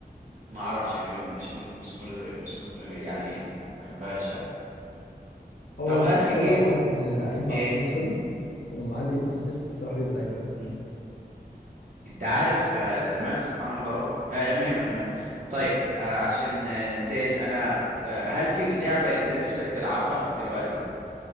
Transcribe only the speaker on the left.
هو
مشكلة
لو حد لعيب
على الكونسول ومعاه الام اسيست الصراحة بيبقى لعيب قوي